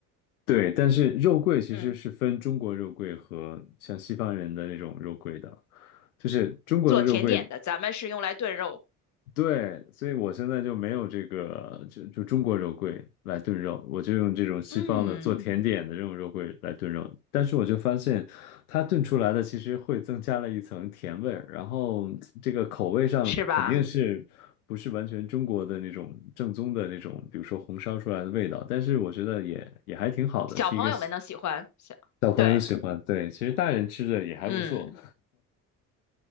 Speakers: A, on the left (about 70°); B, on the left (about 35°).
A: 对，但是肉桂其实是分中国肉桂和像西方人的那种肉桂的，
B: 嗯，
A: 就是中国的肉桂
B: 做甜点的，咱们是用来炖肉，
A: 对，所以我现在就没有这个，就就中国肉桂来炖肉，我就用这种西方的做甜点的这种肉桂来炖肉。
B: 嗯，
A: 但是我就发现，它炖出来的其实会增加了一层甜味儿，然后这个口味上肯定是不是完全中国的那种正宗的那种，
B: 是吧？
A: 比如说红烧出来的味道。但是我觉得也也还挺好的，
B: 小朋友们能喜欢，
A: 是一个喜
B: 小，
A: 小朋友喜欢，
B: 对，
A: 对，其实大人吃着也还不错。
B: 嗯。